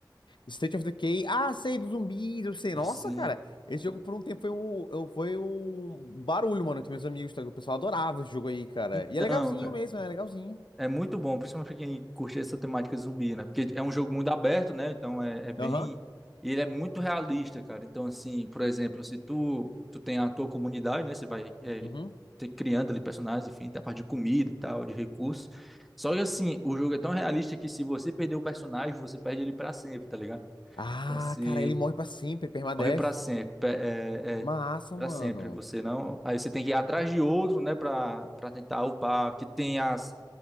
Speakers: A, on the left; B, in the centre.
A: State of Decay. Ah, sei, do zumbi, eu sei. Nossa,
B: E sim.
A: cara. Esse jogo por um tempo foi o, eu- foi um barulho, mano, entre meus amigos. tá? O pessoal adorava esse jogo aí, cara.
B: Então,
A: E é legalzinho
B: cara.
A: mesmo, é legalzinho.
B: É muito bom, principalmente pra quem curte essa temática zumbi, né? Porque é um jogo muito aberto, né? Então é, é bem.
A: Aham.
B: E ele é muito realista, cara. Então, assim, por exemplo, se tu, tu tem a tua comunidade, né? Você vai é,
A: Uhum.
B: ter- criando ali personagens, enfim, tem a parte de comida e tal, de recursos. Só que, assim, o jogo é tão realista que se você perder o personagem, você perde ele pra sempre, tá ligado?
A: Ah,
B: Então, se
A: cara, ele morre pra sempre, permadeath.
B: morre pra sempre, pe- é,
A: Massa,
B: é, para
A: mano.
B: sempre, você não. Aí você tem que ir atrás de outro, né, para para tentar upar, que tem as,